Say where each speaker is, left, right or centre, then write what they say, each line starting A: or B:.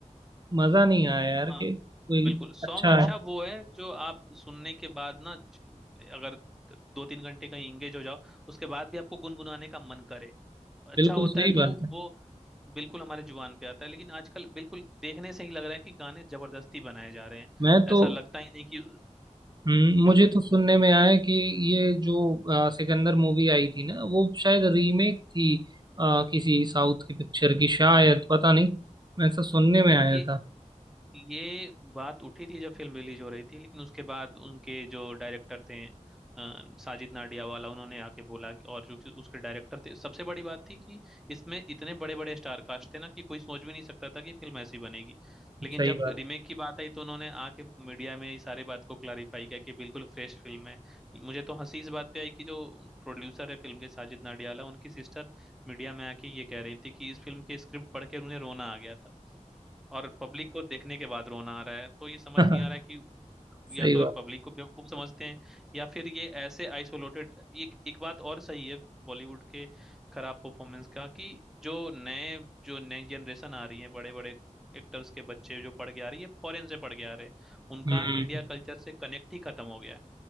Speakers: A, on the right; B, in the centre.
A: मजा नहीं आया यार
B: हाँ
A: कि कोई
B: बिल्कुल सॉन्ग
A: अच्छा
B: अच्छा
A: है।
B: वो है जो आप सुनने के बाद ना ज- अगर द- दो तीन घंटे कहीं इंगेज हो जाओ उसके बाद भी आपको गुनगुनाने का मन करे अच्छा
A: बिल्कुल
B: होता
A: सही
B: है तो
A: बात है
B: वो बिल्कुल हमारे जुबान पे आता है लेकिन आजकल बिल्कुल देखने से ही लग रहा है कि गाने जबरदस्ती बनाए जा रहे हैं
A: मैं तो
B: ऐसा लगता ही नहीं कि
A: हम्म,
B: बिल्कुल
A: मुझे तो सुनने में आया कि ये जो अ, सिकंदर मूवी आई थी ना वो शायद रीमेक थी अ, किसी साउथ की पिक्चर की शायद पता नहीं ऐसा सुनने में आया
B: ये
A: था
B: ये बात उठी थी जब फिल्म रिलीज हो रही थी लेकिन उसके बाद उनके जो डायरेक्टर थे अ, साजिद नाडियावाला उन्होंने आके बोला कि- और जो कि उसके डायरेक्टर थे सबसे बड़ी बात थी कि इसमें इतने बड़े बड़े स्टार कास्ट थे ना कि कोई सोच भी नहीं सकता था कि फिल्म ऐसी बनेगी लेकिन
A: सही
B: जब
A: बात
B: रीमेक की बात आई तो उन्होंने आके मीडिया में इस सारी बात को क्लैरिफाई किया कि बिल्कुल फ्रेश फिल्म है मुझे तो हंसी इस बात पे आई कि जो प्रोड्यूसर है फिल्म के साजिद नाडियावाला उनकी सिस्टर मीडिया में आके ये कह रही थी कि इस फिल्म के स्क्रिप्ट पढ़ के उन्हें रोना आ गया था और पब्लिक को देखने के बाद रोना आ रहा है तो ये समझ
A: <laughs>
B: नहीं आ रहा है कि या
A: सही
B: तो
A: बात
B: पब्लिक को बेवकूफ समझते हैं या फिर ये ऐसे आइसोलेटेड ये एक एक बात और सही है बॉलीवुड के खराब परफॉर्मेंस का कि जो नए जो नई जनरेशन आ रही है बड़े बड़े एक्टर्स के बच्चे जो पढ़ के आ रही है फॉरेन से पढ़ के आ रहे हैं उनका
A: हम्म
B: इंडिया कल्चर से कनेक्ट ही खत्म हो गया है